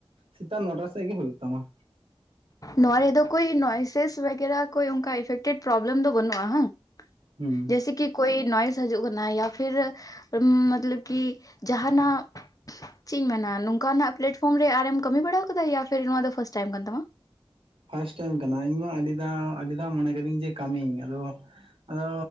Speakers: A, on the right; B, on the left.
A: ᱥᱮᱛᱟᱜ ᱱᱚᱴᱟ ᱥᱮᱜ ᱜᱮ ᱦᱩᱭᱩᱜ ᱛᱟᱢᱟ᱾
B: ᱱᱚᱣᱟ ᱨᱮᱫᱚ ᱠᱳᱭ ᱱᱚᱭᱥᱮᱥ ᱵᱮᱜᱮᱨᱟ ᱠᱳᱭ ᱚᱝᱠᱟ ᱤᱯᱷᱮᱠ ᱴᱮᱴ ᱯᱨᱚᱵᱞᱮᱢ ᱫᱚ ᱵᱟᱹᱱᱩᱜᱼᱟ, ᱦᱟᱸᱝ ᱾
A: ᱦᱩᱸ
B: ᱡᱮᱥᱮ ᱠᱤ ᱠᱳᱭ ᱱᱚᱭᱮᱥ ᱦᱟᱡᱩᱜ ᱠᱟᱱᱟᱭ ᱤᱭᱟ ᱯᱷᱤᱨ ᱢᱚᱛᱞᱚᱵ ᱠᱤ ᱡᱟᱦᱟᱱᱟᱜ ᱪᱮᱜ ᱤᱧ ᱢᱮᱱᱟ, ᱱᱚᱝᱠᱟᱱᱟᱜ ᱯᱞᱮᱴᱯᱷᱚᱨᱢ ᱨᱮ ᱟᱨᱮᱢ ᱠᱟᱹᱢᱤ ᱵᱟᱲᱟᱣ ᱠᱟᱫᱟ ᱤᱭᱟ ᱯᱷᱮᱹᱨ ᱱᱚᱣᱟ ᱫᱚ ᱯᱷᱟᱥᱴ ᱴᱟᱭᱤᱢ ᱠᱟᱱ ᱛᱟᱢᱟ?
A: ᱯᱷᱟᱥᱴ ᱴᱟᱭᱤᱢ ᱠᱟᱱᱟ ᱤᱧᱢᱟ ᱟᱹᱰᱤ ᱫᱷᱟᱣ ᱟᱹᱰᱤ ᱫᱷᱟᱣ ᱢᱚᱱᱮ ᱠᱟᱹᱫᱤᱧ ᱡᱮ ᱠᱟᱹᱢᱤᱭᱤᱧ, ᱟᱫᱚ ᱟᱫᱚ